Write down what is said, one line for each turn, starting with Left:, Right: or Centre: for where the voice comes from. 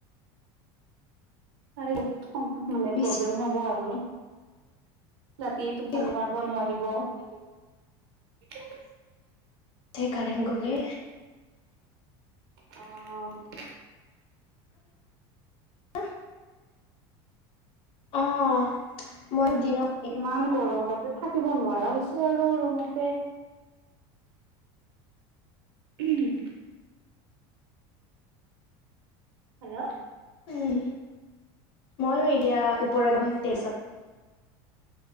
Right: কাৰেণ্ট বহুত সম মানে,
Left: বিশ
Right: প্ৰব্লেম হ'ব আৰু। ৰাতি টোপনি
Left: কি
Right: মাৰিব নোৱাৰিব।
Left: সেই কাৰেণ্ট গ'লে।
Right: অ'।
Left: <inaudible> অ'। মইয়ো দিনত
Right: ইমান গৰম বাপৰে, থাকিব নোৱাৰা হৈছোঁ আৰু ৰুমতে। <unintelligible> হেল্ল'।
Left: উম, মইয়ো এতিয়া, ওপৰত যাম তেইছত।